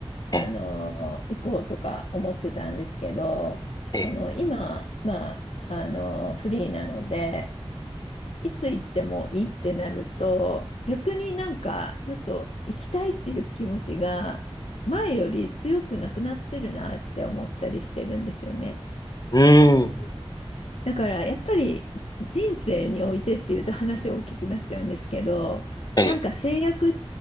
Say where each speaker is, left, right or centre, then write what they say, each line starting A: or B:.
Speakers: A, on the left; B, on the left.
A: あの、
B: ええ、
A: 行こうとか思ってたんですけど、
B: ええ、
A: その今、まあ、あのフリーなのでいつ行ってもいいってなると、逆になんかちょっと行きたいっていう気持ちが前より強くなくなってるなって思ったりしてるんですよね。
B: うん、
A: だからやっぱり人生においてっていうと話大きくなっちゃうんですけど、
B: ええ。
A: なんか制約